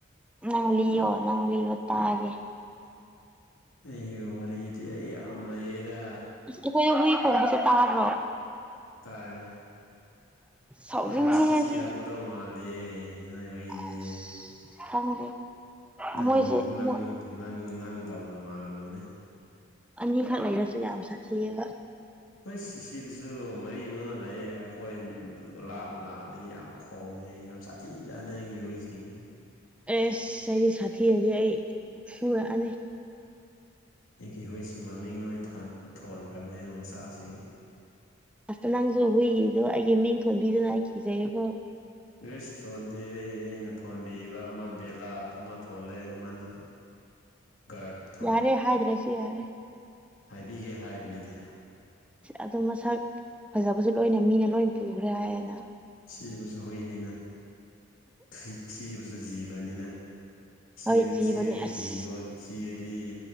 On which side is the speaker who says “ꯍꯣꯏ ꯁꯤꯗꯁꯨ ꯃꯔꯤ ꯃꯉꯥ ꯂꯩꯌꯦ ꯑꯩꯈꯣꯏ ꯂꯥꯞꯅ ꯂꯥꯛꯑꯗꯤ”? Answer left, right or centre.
Left